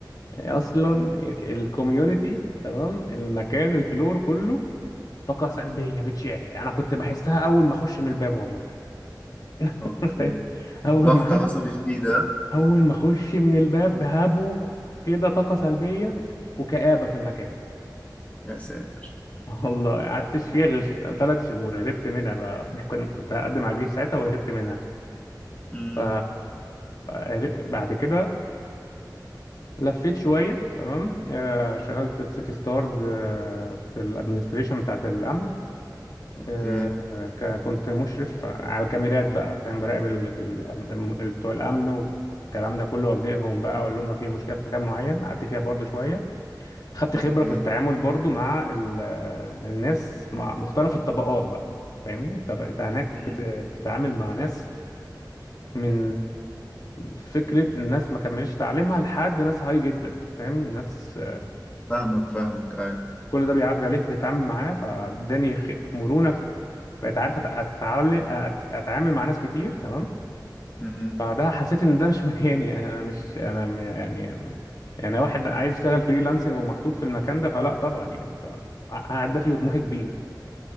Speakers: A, on the left; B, on the left.
A: هي اصلا الكوميونتي تمام المكان الفلور كله طاقه سلبيه بتشع انا كنت بحسها اول ما اخش من الباب والله <laughs>
B: اوكي
A: فاهم؟ اول
B: ضغط
A: ما عد-
B: عصبي شديد آه؟
A: اول ما اخش من الباب هابوا كده طاقه سلبيه وكآبه في المكان
B: يا ساتر
A: <laughs> والله قعدتش فيها غير ثلاث شهور هربت منها بقى كنت كنت هقدم على الجيش ساعتها وهربت منها
B: امم
A: ف هر- بعد كده لفيت شويه تمام آه، شغلت في سيتي ستارز آه، في الادمنستريشن بتاعت الامن
B: اوكي
A: آه، ك- كنت مشرف على الكاميرات بقى فاهم براقب ال- ال- ال- بتوع الامن والكلام ده كله اوجههم بقى اقول لهم لو في مشكله في مكان معين قعدت فيها برضو شويه خدت
B: اوكي
A: خبره في التعامل برضو مع ال- آه، الناس مع مختلف الطبقات بقى فاهمني انت انت هناك
B: امم
A: بت- بتتعامل مع ناس من فكره الناس ما كملش تعليمها لحد ناس هاي جدا فاهم ناس
B: فاهمك فاهمك اي
A: كل ده بيعدي عليك وبتتعامل معاه فاداني خ- مرونه في بقيت عارف أت- اتعلم أت- اتعامل مع ناس كتير تمام
B: امم
A: بعدها حسيت ان ده مش <laughs> مكاني يعني انا مش انا م- يعني يعني واحد عايز يشتغل فريلانسنج ومحطوط في المكان ده فلا طبعا يعني فهدفي وطموحي كبير